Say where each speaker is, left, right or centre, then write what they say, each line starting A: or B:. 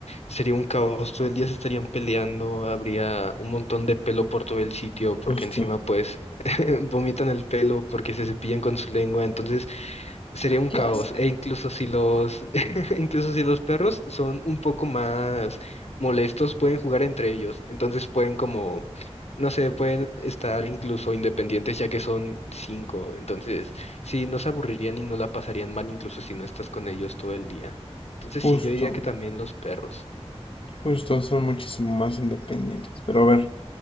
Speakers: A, on the left; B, on the left.
A: Sería un caos, todo el día se estarían peleando, habría un montón de pelo por todo el sitio, porque
B: justo,
A: encima pues <laughs> vomitan el pelo porque se cepillan con su lengua, entonces sería
B: ah,
A: un
B: qué
A: caos.
B: asco,
A: E incluso si los, <laughs> incluso si los perros son un poco más molestos, pueden jugar entre ellos, entonces pueden como, no sé, pueden estar incluso independientes ya que son cinco, entonces sí, no se aburrirían y no la pasarían mal incluso si no estás con ellos todo el día. Entonces
B: justo,
A: sí, yo diría que también los perros.
B: justo, son muchísimo más independientes. Pero a ver,